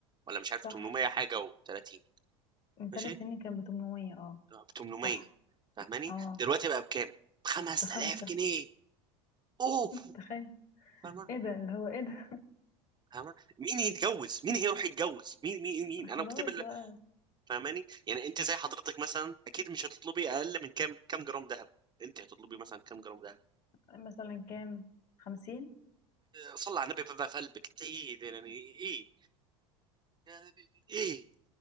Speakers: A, on the right; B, on the left.
A: ولا مش عارف
B: صح
A: 800 حاجه و30
B: من ثلاث
A: ماشي
B: سنين كان ب 800 اه
A: اه، ب 800
B: صح
A: فاهماني
B: اه
A: دلوقتي بقى بكام ب 5000
B: بخمسة
A: جنيه اوف
B: تخيل
A: فاهمه
B: ايه ده اللي هو ايه ده
A: فاهمه مين يتجوز مين هيروح يتجوز مين مين
B: <laughs>
A: مين انا
B: خلاص
A: كتاب
B: بقى
A: فاهماني يعني انت زي حضرتك مثلا اكيد مش هتطلبي اقل من كام كام جرام ذهب انت هتطلبي مثلا كام جرام ذهب
B: مثلا كام خمسين
A: صلى على النبي بقى في قلبك ايه يعني ايه يعني ايه